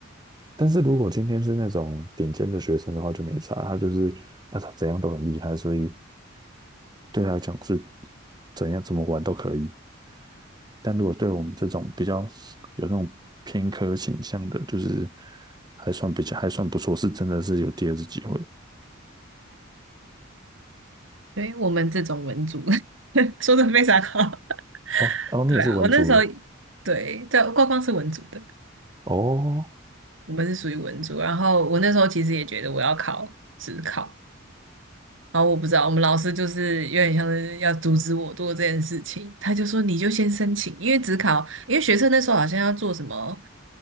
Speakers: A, on the right; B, on the right.
A: 但是如果今天是那种顶尖的学生的话，就没差，他就是啊他怎样都很厉害，所以对他来讲是怎样怎么玩都可以。但如果对我们这种比较有那种偏科倾向的，就是还算比较还算不错，是真的是有第二次机会。
B: 对，我们这种文组 <laughs> 说的非常好。
A: 哦，
B: <laughs>
A: 哦，你也是文组的
B: 对啊，我那时候对，在光光是文组的，
A: 哦，
B: 我们是属于文组。然后我那时候其实也觉得我要考职考，然后我不知道我们老师就是有点像是要阻止我做这件事情，他就说你就先申请，因为职考，因为学生那时候好像要做什么，